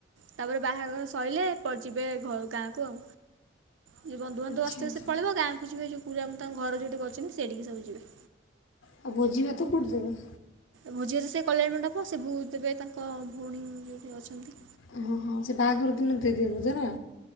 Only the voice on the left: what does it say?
ଆଚ୍ଛା
ଆଚ୍ଛା
ଆଉ ଭୋଜି ଭାତ କୋଉଠି ଦେବେ?
ହଁ ହଁ ସେ ବାହାଘର ଦିନ ଦେଇଦେବେ ଭୋଜି ନା?